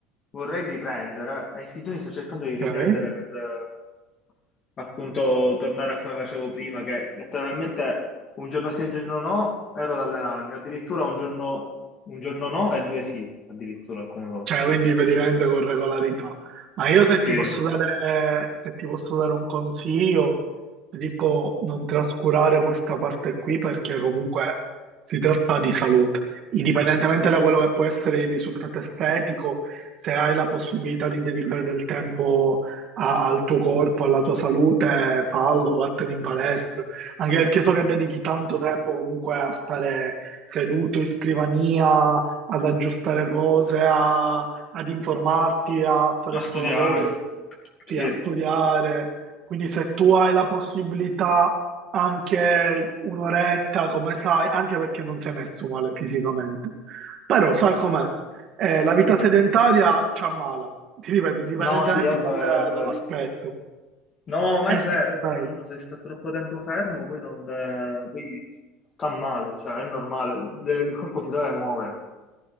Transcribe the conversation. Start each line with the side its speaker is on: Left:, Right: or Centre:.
Left: vorrei riprendere e in questi giorni sto cercando di riprendere
Right: ok?
Left: per eh, appunto tornare a come facevo prima, che letteralmente un giorno sì e un giorno no ero ad allenarmi, addirittura un giorno, un giorno no e due sì, addirittura alcune volte.
Right: Cioè, quindi praticamente con regolarità. Ma io se ti
Left: Sì,
Right: posso dare, se ti posso dare un consiglio, ti dico non trascurare questa parte qui perché comunque si tratta di salute. Indipendentemente da quello che può essere il risultato estetico, se hai la possibilità di dedicare del tempo a- al tuo corpo, alla tua salute, fallo, vattene in palestra. Anche perché so che dedichi tanto tempo comunque a stare seduto in scrivania ad aggiustare cose, a- ad informarti, a fare
Left: a
Right: il
Left: studiare,
Right: tuo lavoro, sì,
Left: sì.
Right: a studiare. Quindi se tu hai la possibilità anche un'oretta, come sai, anche perché non sei messo male fisicamente. Però sai com'è? Eh, la vita sedentaria ci ammala, ti ripeto, indipendentemente
Left: No, sì, è vero,
Right: dal-
Left: è vero.
Right: dall'aspetto.
Left: No, ma
Right: È
Left: è
Right: sempre
Left: vero, è vero,
Right: meglio.
Left: uno se sta troppo tempo fermo poi, non, eh, poi sta male, cioè è normale, Le- il corpo si deve muovere,